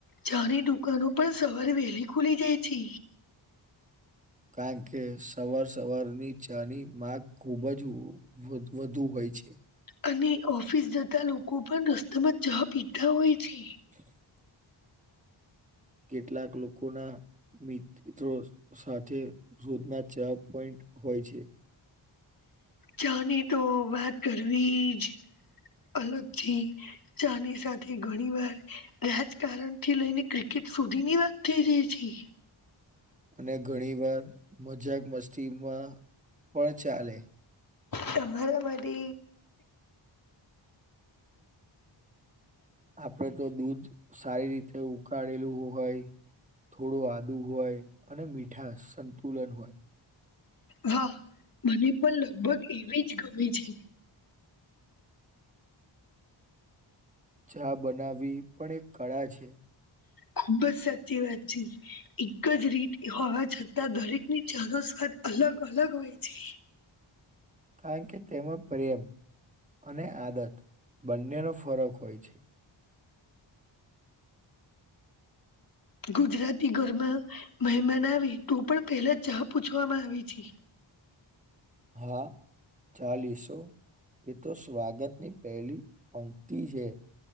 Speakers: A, on the left; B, on the right.
A: ચાની દુકાનો પણ સવારે વહેલી ખુલી જાય છે
B: કારણ કે સવાર સવારની ચા ની માંગ ખૂબ જ વધ વધુ હોય છે
A: અને ઓફિસ જતા લોકો પણ રસ્તામાં ચા પીતા હોય છે
B: <inaudible> કેટલાક લોકોના મિત્રો સાથે રોજના ચા પોઈન્ટ હોય છે
A: ચાની તો વાત કરવી જ અલગથી ચા ની સાથે ઘણી વાર રાજકારણ થી લઈને ક્રિકેટ સુધીની વાત થઈ જાય છે
B: અને ઘણી વાર મજાક મસ્તી પણ પણ ચાલે
A: તમારા માટે
B: આપણે તો દૂધ સારી રીતે ઉકાળેલું હોય થોડું આદુ હોય અને મીઠા સંતુલન હોય
A: હા મને પણ લગભગ એવી જ ગમે છે
B: ચા બનાવવી પણ એક કળા છે
A: ખુબ જ સાચી વાત છે એક જ રીતે હોવા છતાં દરેક ની ચા નો સ્વાદ અલગ અલગ હોય છે
B: કારણ કે તેમાં પ્રેમ અને આદત બંનેનો ફરક હોય છે
A: ગુજરાતી ઘરમાં મહેમાન આવે તો પણ પહેલા ચા પૂછવામાં આવી છે
B: હા ચાલીસો એ તો સ્વાગતની પહેલી પંક્તિ છે